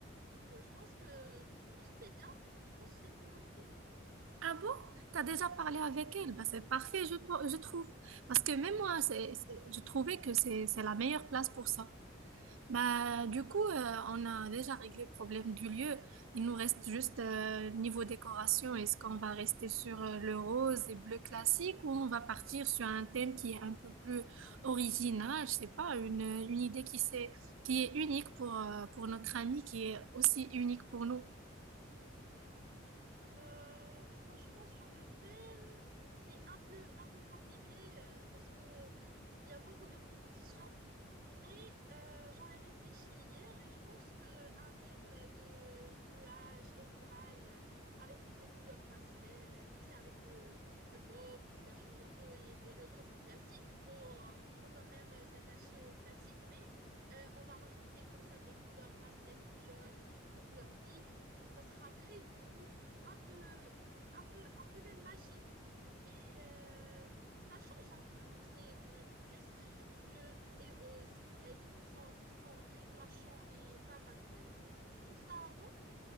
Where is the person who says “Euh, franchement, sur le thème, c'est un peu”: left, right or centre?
Right